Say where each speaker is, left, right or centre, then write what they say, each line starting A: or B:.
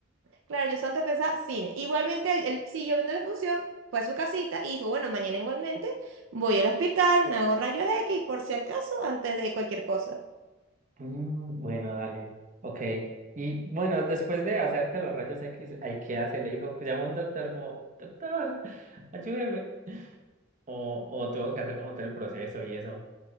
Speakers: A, on the right; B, on the right.
A: Claro, yo solamente pensaba cine. Igualmente, él, él siguió viendo la función, fue a su casita y dijo, bueno, mañana igualmente voy al hospital, me hago rayos X, por si acaso, antes de cualquier cosa.
B: Mm, bueno, dale. Ok. Y bueno, después de hacerte los rayos X, ¿hay qué hace? Le dijo, pues llamó a un doctor como, doctor, ayúdeme. O, o tuvo que hacer como todo el proceso y eso.